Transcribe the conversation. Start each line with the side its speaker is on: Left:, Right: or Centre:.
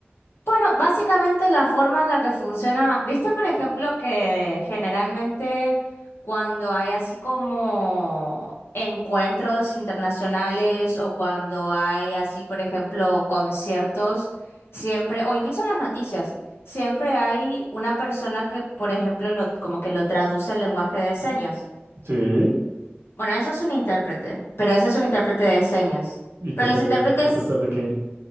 Left: Bueno, básicamente la forma en la que funciona, viste por ejemplo que generalmente cuando hay así como encuentros internacionales o cuando hay así por ejemplo conciertos, siempre, o incluso en las noticias, siempre hay una persona que por ejemplo lo, como que lo traduce al lenguaje de señas.
Right: Sí,
Left: Bueno, eso es un intérprete, pero ese es un intérprete de señas.
Right: ¿y tú
Left: Pero los
Right: qué eres
Left: intérpretes
Right: intérprete de qué?